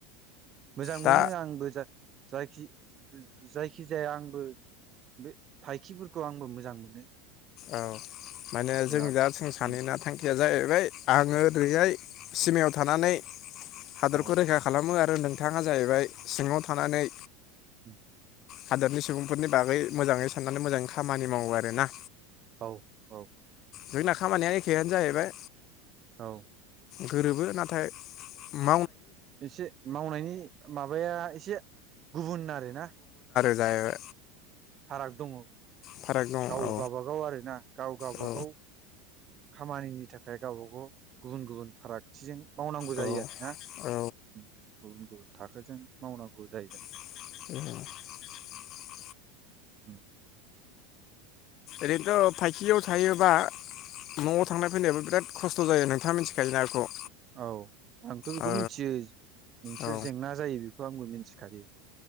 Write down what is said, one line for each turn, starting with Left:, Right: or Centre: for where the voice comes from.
Right: मोजां
Left: दा
Right: मोनो आंबो जा जायखि जायखि जाया आंबो बे फायखिफोरखौ आंबो मोजां मोनो
Left: औ माने
Right: बिराद
Left: जों दा जों सानैना
Right: उम
Left: थांखिया जायो बै आंङो ओरैहाय सिमायाव थानानै हादरखौ
Right: औ
Left: रैखा खालामो आ रो नोंथाङा जाहैबाय सिंङाव थानानै
Right: उम
Left: हादोरनि सुबुंफोरनि बागै मोजांङै साननानै मोजांङै खामानि मावो आरो ना
Right: औ औ
Left: जोंना खामानिया एखेआनो जाहैबाय
Right: औ
Left: गोरोबो नाथाय उम
Right: एसे मावनायनि माब बाया एसे गुबुन आरो ना
Left: जाय
Right: फाराग दंङ
Left: फाराग दङ
Right: गाव
Left: औ
Right: गाबागाव आरो ना गाव गाबागाव
Left: औ
Right: खामानिनि थाखाय गावबा गाव गुबुन गुबुन फारागथिजों मावनांगौ जायो
Left: औ
Right: आरो ना
Left: औ
Right: थाखोजों मावनांगौ जायो
Left: <inaudible>
Right: ओम
Left: ओरैनोथ फाइखियाव थायोबा नआव थांनाय फैनायाबो बिराद खस्थ' जायो नोंथाङा मिथिखायो ना बेखौ
Right: औ आंथ बेखौ
Left: औ
Right: मिथियो नोंसोर
Left: औ
Right: जेंना जायो बेखौ आंबो मिथि मिथिखायो